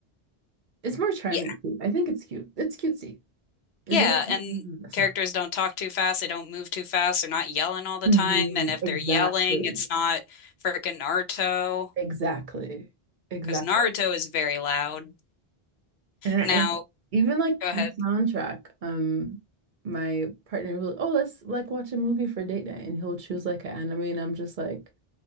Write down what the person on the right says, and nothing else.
It's more charming.
too. I think it's cute. It's cutesy. Is
that a
Mhm, that's
right.
Mhm,
Exactly.
Exactly. Exactly.
And I, and
even like
the
soundtrack, um, my partner will, oh, let's like watch a movie for date night, and he'll choose like an anime, and I'm just like,